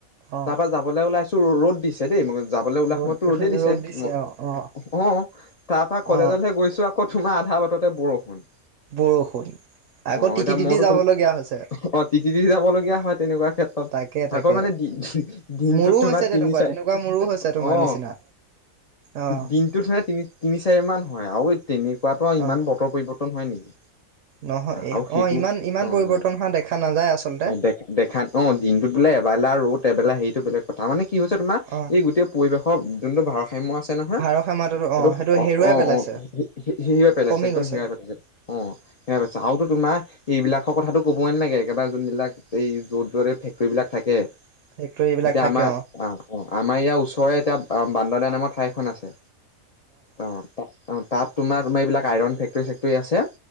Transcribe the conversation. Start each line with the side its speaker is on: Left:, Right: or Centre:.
Right: অ',
Left: তাৰ পৰা যাবলৈ ওলাইছে? ৰ'দ দিছে দেই। যাবলৈ ওলা
Right: ৰ'দ
Left: সময়তো ৰ'দেই দিছে
Right: ৰ'দ
Left: ম অঁ
Right: অ', অ',
Left: তাৰপৰা কলেজলৈহে
Right: অ',
Left: গৈছোঁ আকৌ তোমাৰ আধা বাটতে বৰষুণ? হ
Right: বৰষুণ। আকৌ
Left: অ
Right: তিতি
Left: এতিয়া
Right: তিতি
Left: মইতোম
Right: যাবলগীয়া হৈছে
Left: অ তিতি তিতি যাব লগগীয়া হয় তেনেকুৱা ক্ষেত্ৰত
Right: তাকে তাকে
Left: আকৌ মানে দিনটোত
Right: মোৰো
Left: তোমাৰ
Right: হৈছে তেনেকুৱা
Left: তিনি চাৰি
Right: তেনেকুৱা মোৰো হৈছে তোমাৰ
Left: অ
Right: নিচিনা অ',
Left: দিনটোতে তিনি তিনি চাৰি মান। হয় আৰু। তেনেকুৱাতো ইমান
Right: অ',
Left: বতৰ পৰিৱৰ্তন হয় নেকি?
Right: নহয়
Left: আৰু সেইটো
Right: অ ইমান ইমান
Left: অ
Right: পৰিৱৰ্তন
Left: অ
Right: হোৱা দেখা নাযায় আচলতে
Left: অ দে দেখা অ দিনটোত বোলে এবাৰেলা ৰ'ত এবেলা সেইটো বেলেগ কথা মানে কি হৈছে তোমাৰ
Right: অ
Left: এই গোটেই পৰিৱেশ? যোনটো ভাৰষ। হিমু আছে নহয়
Right: ভাৰসাম্যতাটো
Left: এইটো
Right: সেইটো
Left: অ
Right: হেৰুৱাই
Left: অ
Right: পেলাইছে
Left: অ হিৱীই পেলাইছে
Right: কমি
Left: একদম
Right: গৈছে
Left: হিৰাই পেলাইছে অ হিৰাই পেলাই? চাওতো তোমাৰ এইবিলাকৰ কথাটো ক'বই নালাগে একেবাৰে যোনবিলাক এই য'ত য'ত এই ফেক্টৰীবিলাক থাকে।
Right: ফেক্টৰী এইবিলাক
Left: এতিয়া
Right: থাকে
Left: আমাৰ অ অ আমাৰ ইয়াৰ ওচৰৰে এতিয়া? বান্দদা নামৰ ঠাইখন আছে? অ ত অ তাত। তোমাৰ তোমি এইবিলাক আইৰন ফেক্টৰী চেকটৰী আছে?